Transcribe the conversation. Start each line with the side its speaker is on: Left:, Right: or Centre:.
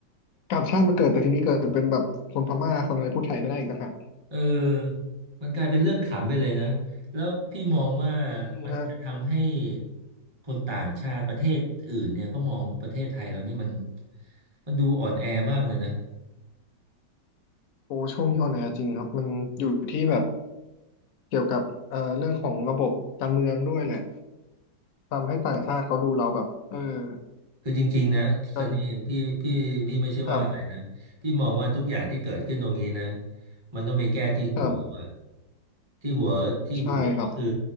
Left: กลับชาติมาเกิดแต่ทีนี้เกิดเป็นแบบคนพม่าคนอะไรพูดไทยไม่ได้อีกต่างหาก
Right: เออมันกลายเป็นเรื่องขำไปเลยนะ แล้วพี่มองว่า
Left: จริงฮะ
Right: มันจะทำให้คนต่างชาติประเทศอื่นเนี่ยเขามองประเทศไทยเรานี่มันมันดูอ่อนแอมากเลยนะ
Left: โอ้ช่วงนี้ออนแอร์จริงครับมันอยู่ที่แบบเกี่ยวกับเอ่อเรื่องของระบบการเมืองด้วยแหละทำให้ต่างชาติเขาดูเราแบบเออ
Right: คือจริงๆนะซันนี่พี่พี่พี่ไม่ใช่ว่าอะไรนะพี่มองว่าทุกอย่างที่เกิดขึ้นตรงนี้นะ
Left: ก็ครบ
Right: มันต้องไปแก้ที่หัวด้วย
Left: ครับ
Right: ที่หัวที่หัวก็คือ
Left: ใช่ครับ